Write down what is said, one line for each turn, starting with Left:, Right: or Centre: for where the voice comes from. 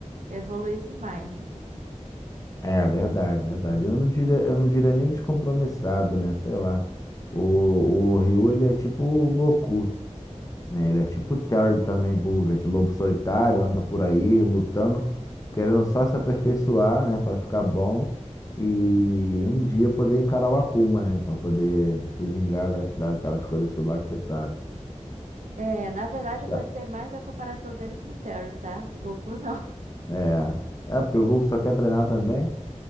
Right: evoluísse mais, né?
Left: É verdade, verdade. Eu não diria, eu não diria nem descompromissado, né? Sei lá. O, o Ryu, ele é tipo o Goku, né? Ele é tipo o Terry também, Buga, de lobo solitário, anda por aí lutando, querendo só se aperfeiçoar, né? Pra ficar bom e um dia poder encarar o Akuma, né? Pra poder se vingar da, daquelas coisas tudo lá que você sabe.
Right: É, na verdade eu
Left: Já-
Right: gostei mais da comparação dele com o Terry, tá? Com o Goku, não. <laughs>
Left: É, é porque o Goku só quer treinar também.